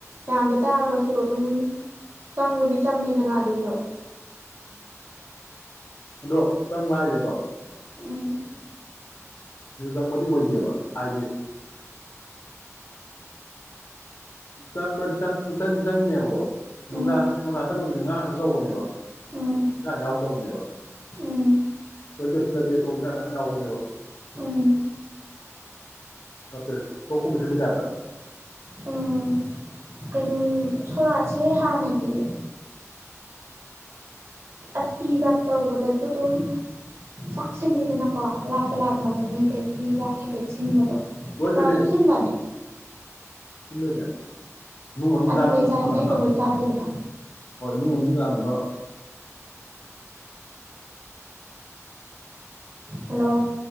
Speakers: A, on the right; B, on the left.
A: ꯃꯗ ꯆꯥꯔꯒꯁꯨ ꯑꯗꯨꯝ ꯆꯪꯕꯗꯤ ꯆꯪꯉꯤꯗꯅ ꯑꯗꯨꯁꯨ
B: ꯎꯝ ꯑꯗꯣ ꯆꯪꯕ ꯍꯥꯏꯁꯦꯀꯣ
A: ꯎꯝ
B: ꯌꯨ ꯆꯪꯕꯗꯤ ꯑꯣꯏꯗꯦꯕ ꯍꯥꯏꯗꯤ ꯆꯪꯕꯗꯤ ꯆꯪꯗꯤ ꯆꯪꯉꯤꯅꯦꯕꯀꯣ ꯅꯨꯡꯗꯥꯡ
A: ꯎꯝ
B: ꯉꯁꯤ ꯃꯉꯥ ꯆꯪꯕꯗꯨꯅꯦ ꯉꯥ ꯉꯥꯛꯇ ꯇꯧꯕꯅꯦꯕ
A: ꯎꯝ
B: ꯑ ꯌꯥꯎꯕꯗꯕꯅꯦꯦꯕ
A: ꯎꯝ
B: ꯍꯣꯏ ꯀꯠꯁꯤꯜꯂꯗꯤꯦ ꯑꯇꯣꯞꯄꯤꯆꯥ ꯃꯌꯥꯝ ꯌꯥꯎꯕꯅꯦꯕ
A: ꯎꯝ
B: ꯅꯦ ꯁꯣꯛ ꯀꯁꯦꯃꯤꯗꯥꯞꯇ
A: ꯎꯝ ꯀꯩꯅꯣ ꯁꯣꯔꯥꯠꯁꯦ ꯍꯥꯟꯅꯗꯤ ꯑꯁꯇꯤ ꯂ ꯇ ꯎꯧꯕꯗꯁꯨ ꯑꯗꯨꯝ ꯆꯥꯛꯁꯤꯜꯂꯤꯗꯅꯀꯣ ꯑꯔꯥꯞꯄ ꯂꯥꯛꯅꯕ ꯃꯤ ꯀꯩꯒꯤꯒ ꯍꯥꯏꯐꯦꯠ ꯁꯤꯟꯕꯗꯣ
B: ꯃꯁꯂꯣ
A: ꯁꯣꯔꯥꯠꯁꯨ ꯁꯤꯟꯗꯥꯏꯅꯦ
B: ꯏꯟꯅ ꯅꯨꯡ ꯃꯅꯨꯡ
A: ꯆꯥꯅꯤꯡꯕꯒꯤ
B: ꯆꯥꯅꯕ ꯍꯣꯠꯅꯕ
A: ꯆꯥꯔꯦ ꯆꯥꯅꯤꯡꯗꯕꯒꯤ ꯆꯥꯗꯦꯗꯅ
B: ꯍꯣꯏ ꯏꯃꯨꯡ ꯃꯅꯨꯡ ꯆꯥꯅꯕ
A: ꯍꯂꯣ